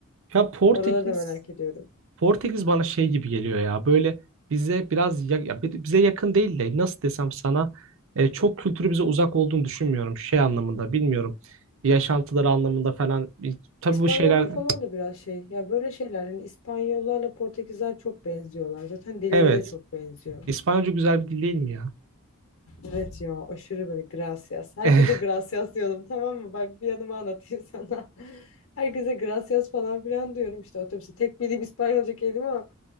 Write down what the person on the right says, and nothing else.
Ya Portekiz
Portekiz bana şey gibi geliyor ya böyle bize biraz ya, ya bi- bize yakın değil de nasıl desem sana e, çok kültürü bize uzak olduğunu düşünmüyorum şey anlamında bilmiyorum yaşantıları anlamında falan E, tabii
bu şeyler
evet
İspanyolca güzel bir dil değil mi ya?
<laughs>